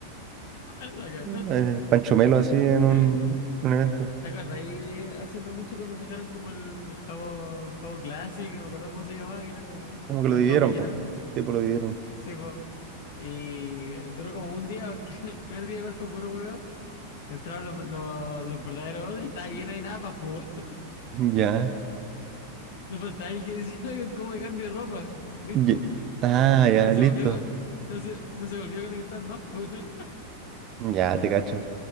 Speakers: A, on the left (about 55°); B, on the right (about 35°).
A: <laughs> La cagó.
B: Eh, Pancho Melo así en un,
A: ¿Te,
B: en un evento.
A: te acuerdas? Ahí hace no mucho cuando sacaron como el Jabo, el Jabo Classic, no me acuerdo cómo se llamaba, que era como
B: Como que lo
A: el
B: dividieron,
A: Jabo original.
B: pues.
A: pu.
B: Sí, pues lo dividieron.
A: Sí, po. Y duró como un día, porque <laughs> el primer día igual fue puro huevo. Entraron los, los, los verdaderos odres y estaba lleno de napas, pues. <laughs>
B: Ya.
A: No faltaba el que decía, "Oigan, ¿cómo me cambio de ropa? Listo.
B: ye- Ah,
A: No se, vol-
B: ya,
A: no se
B: listo.
A: volvió, no se, no se volvió a conectar más, pues. <laughs>
B: Ya, te cacho.